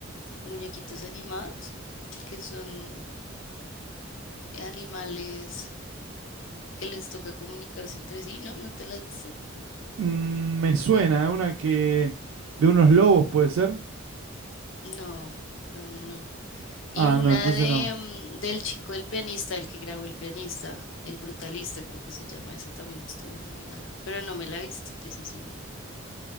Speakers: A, on the left (about 65°); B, on the right (about 75°).
A: muñequitos animados, que son animales que les toca comunicarse entre sí, ¿no? ¿No te la has visto?
B: Mm, me suena, ¿eh? una que... De unos lobos, ¿puede ser?
A: No, no, no, no. Y
B: Ah,
A: una
B: no, entonces
A: de
B: no.
A: mm, del chico del pianista, el que grabó el pianista, el brutalista, creo que se llama, esa también estuvo nominada, pero no me la he visto, eso sí, no.